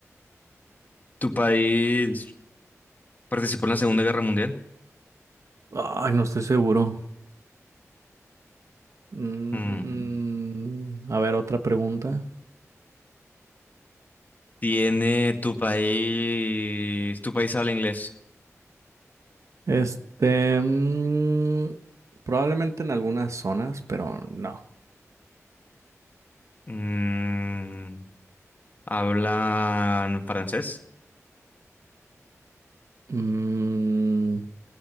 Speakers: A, on the left; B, on the right.
A: ¿Tu país participó en la Segunda Guerra Mundial?
B: Ay, no estoy seguro. Mm,
A: Mm.
B: mm, mm. A ver, otra pregunta.
A: ¿Tiene tu país... ¿Tu país habla inglés?
B: Este, mm, probablemente en algunas zonas, pero no.
A: Mm, ¿Hablan francés?
B: Mm,